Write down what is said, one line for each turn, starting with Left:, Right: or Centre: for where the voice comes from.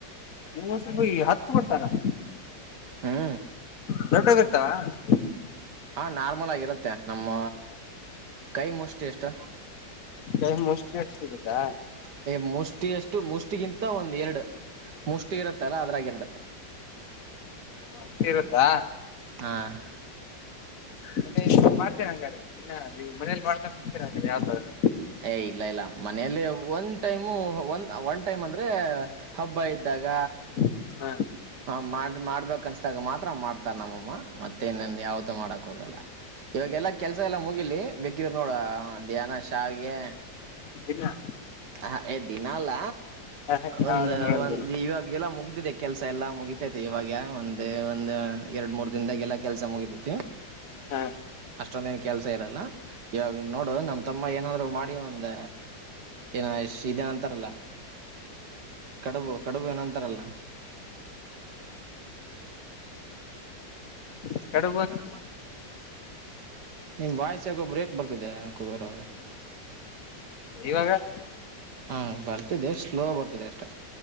Left: ಮೂವತ್ಪಾಯ ಹತ್ತು ಕೊಡ್ತಾರ <inaudible>
Right: ಹಾ
Left: <unintelligible>
Right: ಹಾ ನಾರ್ಮಲ್ ಆಗಿರುತ್ತೆ ನಮ್ಮ ಕೈ ಮುಷ್ಟಿ ಎಷ್ಟ.
Left: ಕೈ ಮುಷ್ಟಿ ಎಷ್ಟ ಸಿಗತ್ತಾ.
Right: ಕೈ ಮುಷ್ಟಿಯಷ್ಟು ಮುಷ್ಟಿಗಿಂತ ಒಂದ ಎರಡು. ಮುಷ್ಟಿ ಇರುತ್ತಲ್ಲ ಅದ್ರಗ ಎರಡು.
Left: ಅಷ್ಟ ಇರುತ್ತಾ.
Right: ಹಾ
Left: ಮತ್ತೆ ಮಾಡ್ತಿರಾ ಹಂಗಾದ್ರೆ ದಿನ ನೀವು ಮನೇಲಿ ಮಾಡ್ಕೊಂಡ ತಿಂತೀರಾ ಹಂಗಾದ್ರೆ ಯಾವಗಾದ್ರೂ.
Right: ಏ ಇಲ್ಲ ಇಲ್ಲ ಮನೆಯಲ್ಲಿ ಒನ್ ಟೈಮು ಒ <unintelligible> ಒನ್ ಟೈಮ್ ಅಂದ್ರೆ. ಹಬ್ಬ ಇದ್ದಾಗ.
Left: <inaudible>
Right: ಹ ಮಾಡ ಮಾಡ್ಬೇಕ ಅನ್ಸ್ದಾಗ ಮಾತ್ರ ಮಾಡ್ತಾರ ನಮ್ಮಮ್ಮ ಮತ್ತೆ ಇನ್ನೊಂದು ಯಾವ್ದು ಮಾಡಕ್ ಹೋಗಲ್ಲ. ಇವಾಗೆಲ್ಲ ಕೆಲಸ ಎಲ್ಲ ಮುಗಿಲಿ ಬೇಕಿದರು ನೋಡ ಏನೋ ಶಾವಿಗೆ
Left: ದಿನ <unintelligible>
Right: ಹ ಎ ದಿನ ಅಲ್ಲ
Left: ಹ ಹ ಯಾವಾಗಾದ್ರೂ
Right: ಒಂದ
Left: ಒಂದ್
Right: ಒಂದು
Left: ದಿನ
Right: ಇವಾಗ ಎಲ್ಲ ಮುಗ್ದಿದೆ ಕೆಲ್ಸ <unintelligible> ಎಲ್ಲಾ ಮುಗಿತೈತಿ ಇವಾಗ ಒಂದ್ ಒಂದ್ ಎರಡ್ ಮೂರ್ ದಿನದಾಗ ಎಲ್ಲಾ ಕೆಲ್ಸ ಮುಗಿತತಿ.
Left: ಹಾ
Right: ಅಷ್ಟೊಂದೇನ್ ಕೆಲ್ಸ ಇರಲ್ಲ ಇವಾಗ ನೋಡು ನಮ್ಮ ತಮ್ಮ ಏನಾದ್ರು ಮಾಡಿ ಒಂದ ಏನು <unintelligible> ಇದೇನಂತಾರಲ್ಲ ಕಡುಬು ಕಡುಬು ಏನೋ ಅಂತಾರಲ್ಲ
Left: <unintelligible>
Right: <unintelligible> ನಿಮ್ಮ ವಾಯ್ಸ್ ಯಾಕೋ ಬ್ರೇಕ್ ಬರ್ತಿದೆ ಯಾಕೋ. <unintelligible>
Left: ಇವಾಗ.
Right: ಹಾ ಬರ್ತಿದೆ ಸ್ಲೋ ಬರ್ತಿದೆ ಅಷ್ಟೇ.